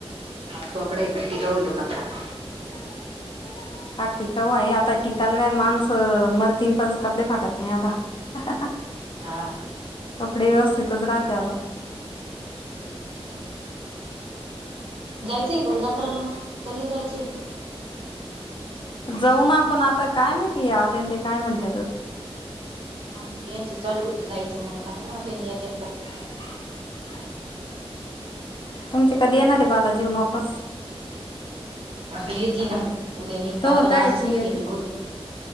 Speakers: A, on the right; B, on the left.
A: <unintelligible>
B: <unintelligible> हा टिकाऊ आहे, आता टिकाला काय माणसं मरतीन पण कपडे फाटत नाही आता. <unintelligible>
A: हा- हा.
B: कपडे व्यवस्थितच राहते आता.
A: जायचंय का ओ जत्राला मग, का नाही जायचंय.
B: जाऊ ना आपण, आता काय माहिती आत्या न ते काय म्हणत्यात तर.
A: आमच यांचं चालू होत जायचं, म्हण काय हेत त्यानी काय
B: <unintelligible> तुमच्या कधी येणारे बालाजीवन वापस.
A: आता येेतीन म्हण, उद्या निघते
B: तोवर
A: आपण
B: कायची
A: आजच निघते
B: येत
A: ती होती.